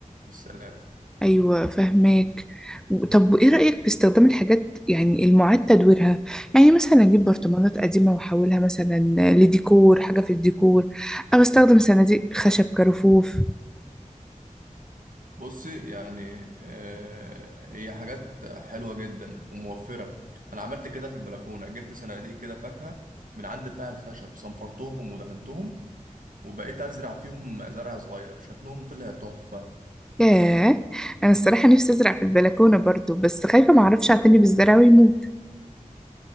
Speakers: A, on the right; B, in the centre.
A: والسلام
B: ايوه فهماك و- طب وايه رايك في استخدام الحاجات يعني المعاد تدويرها يعني مثلا اجيب برطمانات قديمه واحولها مثلا لديكور حاجه في الديكور او استخدم صناديق خشب كرفوف
A: بصي يعني آه، هي حاجات حلوه جدا وموفره انا عملت كده في البلكونه جبت صناديق كده فاكهه من عند بتاع الخشب صنفرتهم ودهنتهم وبقيت ازرع فيهم زرع صغير شكلهم طلع تحفه
B: ياه انا الصراحه نفسي ازرع في البلكونه برضو بس خايفه ما اعرفش اعتني بالزرع ويموت